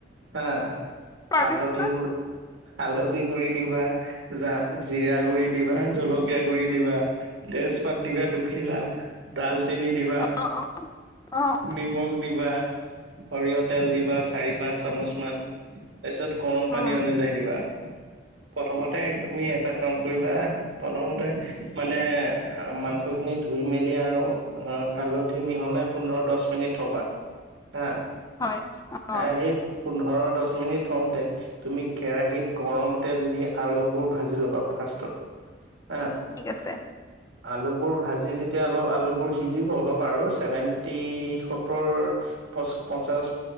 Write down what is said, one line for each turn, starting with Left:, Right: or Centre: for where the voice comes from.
Right: হা।
Left: তাৰপিছত
Right: হাতধ গো। হালধি গুৰি দিবা, জিৰা গুৰি দিবা, জলকীয়া গুৰি দিবা। তেজপাত দিবা দুখিলা ডালচেনি দিবা
Left: অ', অ', অ',
Right: নিমখ। দিবা সৰিয়হ তেল দিবা চাৰি পাঁচ চামুচ মান। তাৰপিছত গৰম পানী
Left: অ
Right: অনুযায়ী দিবা। প্ৰথমতে তুমি এটা কাম কৰিবা প্ৰথমতে মানে মাংস খিনি ধু ধুই মেলি আৰু হালধি মিহলাই পোন্ধৰ দহ মিনিট থ'বা। হা
Left: হয়
Right: হ,
Left: অ',
Right: সেই পোন্ধৰ দহ মিনিট থওঁতে তুমি কেৰাহিত গৰম তেল দি আলুবোৰ ভাজি ল'বা ফাৰ্ষ্ষ্টত, হ।
Left: ঠিক আছে।
Right: আলুবোৰ ভাজি যেতিয়া অলপ আলুবোৰ সিজিব অলপ আৰু ছেভেনটি সত্তৰ প পঞ্চাশ